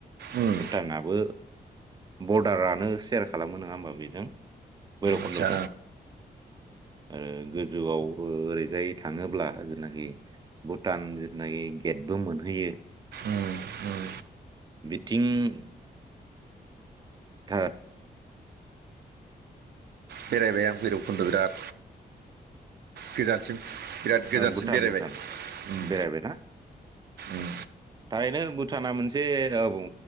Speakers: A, on the right; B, on the right.
A: उम
B: भुटानाबो बरडारानो सेयार खालामो नोंङा होमबा बेजों भैरबकुन्दजों
A: आदसा
B: आरो गोजौआव बो ओरैजाय थाङोब्ला जेनाखि भुटान जिनाखि गेटबो मोनहैयो।
A: ओ ओ।
B: थिं थोथ
A: बेरायबाय आं भैरबखुन्द बिराद। गोजानसिम बिराद गोजानसिम
B: भुटान
A: बेरायबाय
B: भुटान
A: उम
B: बेरायबायना
A: उम
B: थारैनो भुटाना मोनसे बुं